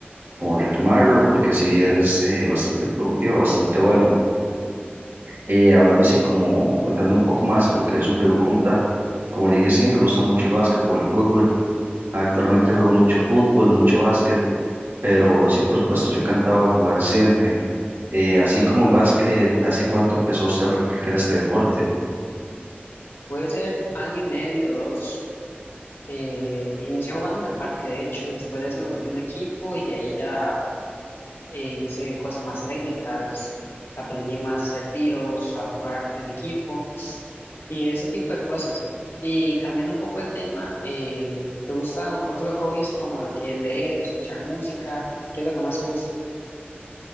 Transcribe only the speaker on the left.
Puede ser año y medio, dos. Eh, inicié jugando en el parque, de hecho, después de eso me metí en un equipo y ahí ya eh, hice cosas más técnicas, aprendí más a hacer tiros, a jugar en equipo y ese tipo de cosas. Y cambiando un poco el tema, eh, ¿te gustan otros hobbies como lo que es leer, escuchar música? ¿Qué es lo que más te gusta?